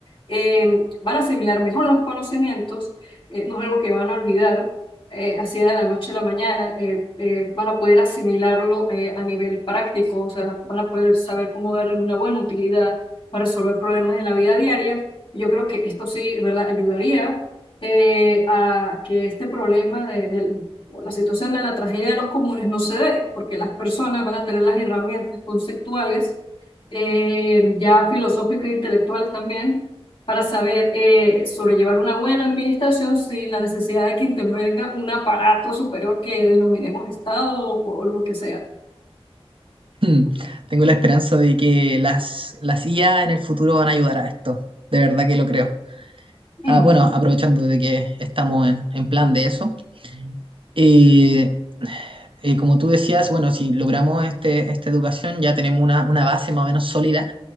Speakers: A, on the left; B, on the right.
A: eh, van a asimilar mejor los conocimientos, eh, no es algo que van a olvidar eh, así de la noche a la mañana, eh, eh, van a poder asimilarlo eh, a nivel práctico, o sea, van a poder saber cómo darle una buena utilidad para resolver problemas en la vida diaria. Y Yo creo que esto sí, ¿verdad?, ayudaría eh, a que este problema de, de- o la situación de la tragedia de los comunes no se dé, porque las personas van a tener las herramientas conceptuales, eh, ya filosóficas e intelectuales también para saber eh, sobrellevar una buena administración sin la necesidad de que intervenga un aparato superior que denominemos Estado o, o lo que sea.
B: mm. Tengo la esperanza de que las, las IA en el futuro van a ayudar a esto. De verdad que lo creo. Ah,
A: Mm.
B: bueno, aprovechando de que estamos en, en plan de eso. eh, eh, como tú decías, bueno, si logramos este, esta educación, ya tenemos una, una base más o menos sólida